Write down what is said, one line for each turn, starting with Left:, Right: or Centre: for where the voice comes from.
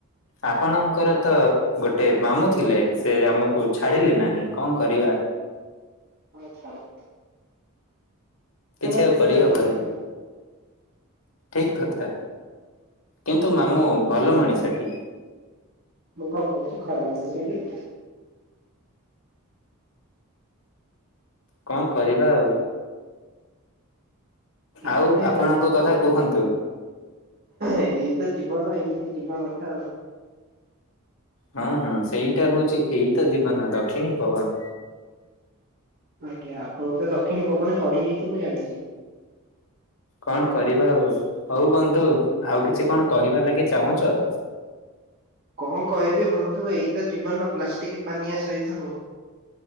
Left: ଆପଣଙ୍କର ତ ଗୋଟେ ମାମୁଁ ଥିଲେ ସେ ଆମକୁ ଛାଡ଼ିଲେ ନାହିଁ କଁ କରିବା,
Right: ନ ଛଳା, ଛାଡନ୍ତୁ
Left: କିଛି ଆଉ କରିହବନି
Right: ତା ବିଷୟରେ ନ
Left: ଠିକ୍ କଥା, କିନ୍ତୁ ମାମୁଁ ଭଲ ମଣିଷଟି,
Right: ମୁଁ କଣ କହୁଛି ଖରାବୋଲି ସେଠି <unintelligible>
Left: କଣ କରିବା ଆଉ,
Right: କିଛି
Left: ଆଉ
Right: ନାହିଁ
Left: ଆପଣଙ୍କ କଥା କୁହନ୍ତୁ?
Right: ଏଇ ତ ଜୀବନ ଏମିତି ଯିବା କଥା ଆଉ।
Left: ହଁ ହଁ ସେଇଟା ହଉଛି ଏଇତ ଜୀବନ ଦକ୍ଷିଣୀ ପବନ।
Right: ଆଜ୍ଞା ଆପଣଙ୍କୁ ତ ଦକ୍ଷିଣ ପବନ ଚଢି ଯାଇଛି ମୁଁ ଜାଣିଛି।
Left: କଣ କରିବା ଆଉ ହଉ ବନ୍ଧୁ ଆଉ କିଛି କଣ କହିବାର ଲାଗି ଚାହୁଁଛ?
Right: କଣ କହିବି ବନ୍ଧୁ ଏଇ ତ ଜୀବନ ପ୍ଲାଷ୍ଟିକ୍ ପାନିଆ ସହିତ ଉ।